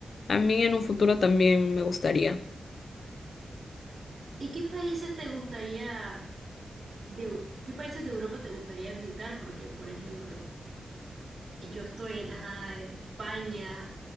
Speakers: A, on the left; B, on the right.
A: a mí en un futuro también me gustaría.
B: ¿Y qué países te gustaría, de, Eu- qué países de Europa te gustaría visitar? Porque, por ejemplo, Yo estoy en, ajá, en España,